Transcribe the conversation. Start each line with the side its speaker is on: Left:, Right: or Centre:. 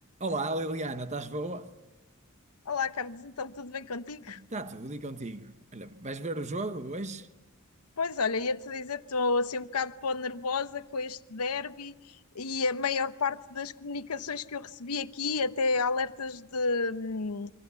Right: Olá, Liliana, estás boa?
Left: Olá, Carlos, então tudo bem contigo?
Right: Está tudo e contigo? Olha, vais ver o jogo hoje?
Left: Pois olha, ia-te dizer, estou assim um bocado pó nervosa com este derby e a maior parte das comunicações que eu recebi aqui, até alertas de, hum,